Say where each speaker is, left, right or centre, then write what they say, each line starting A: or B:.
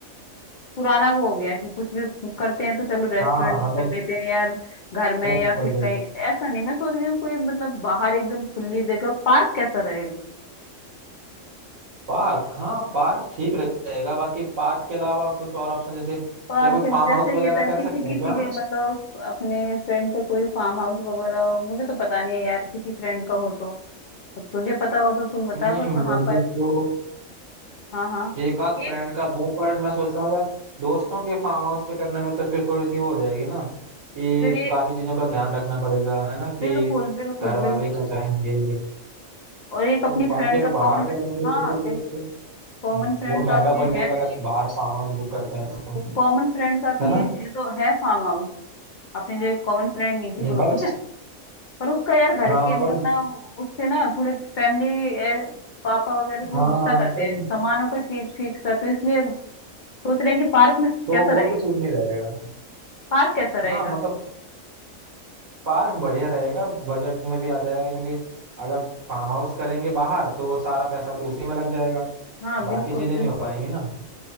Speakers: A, on the left; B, on the right.
A: पुराना वो हो गया कि कुछ भी करते हैं तो चलो रेस्टोरेंट
B: हाँ
A: में
B: मतलब
A: कर लेते हैं यार घर में
B: बिल्कुल
A: या फिर
B: बिल्कुल
A: कहीं ऐसा नहीं मैं सोच रही हूँ कोई मतलब बाहर एकदम खुली जगह पार्क कैसा रहेगा
B: पार्क हाँ पार्क ठीक रहेगा बाकी पार्क के अलावा कुछ और ऑप्शन जैसे क्या
A: पार्क
B: कोई फार्म
A: जैसे
B: हाउस वगैरह
A: ये था
B: कर
A: किसी
B: सकते हैं
A: किसी
B: क्या
A: के
B: हम
A: मतलब अपने फ्रेंड के कोई फार्म हाउस वगैरह हो, मुझे तो पता नहीं है यार किसी फ्रेंड का हो तो तो तुझे पता हो तो तू बता
B: नहीं
A: पर कहाँ
B: मुझे
A: पर
B: तो
A: हाँ हाँ
B: एक आध
A: एक
B: फ्रेंड का दो पर मैं सोच रहा हूँ यार दोस्तों के फार्म हाउस पे करने में तो फिर थोड़ी सी वो हो जाएगी ना कि
A: फिर एक
B: काफी चीजों का ध्यान रखना पड़ेगा है ना कि
A: बिल्कुल बिल्कुल
B: घर
A: बिल्कुल
B: वाले क्या कहेंगे
A: और एक
B: तो
A: अपनी
B: बाकी
A: फ्रेंड
B: अगर
A: का
B: बाहर
A: कॉमन
B: करेंगे
A: हाँ
B: तो फिर
A: बिल्कुल
B: वो तो
A: कॉमन फ्रेंड
B: वो महंगा
A: का अपने
B: पड़ेगा
A: है नहीं
B: अगर बाहर सामान से बुक करते हैं तो
A: कॉमन फ्रेंड का अपनी
B: है ना
A: एक है तो है फार्म हाउस अपने जो एक कॉमन फ्रेंड नहीं थी
B: हम्म,
A: ग्रुप
B: पर
A: में पर उसका यार घर
B: हाँ
A: के मतलब
B: पर
A: उससे ना थोड़े फैमिली पापा वगैरह थोड़ा
B: हाँ
A: गुस्सा करते
B: तो
A: हैं सामानों का चीज फीज का तो इसलिए सोच रहे हैं कि पार्क में
B: तो
A: कैसा
B: वो
A: रहेगा
B: तो ठीक नहीं रहेगा
A: पार्क कैसा रहेगा
B: हाँ मतलब पार्क बढ़िया रहेगा बजट में भी आ जाएगा क्योंकि अगर फार्म हाउस करेंगे बाहर तो सारा पैसा तो उसी में लग जाएगा
A: हाँ
B: तो बाकी
A: बिल्कुल
B: चीजें
A: बिल्कुल
B: नहीं हो पाएंगी ना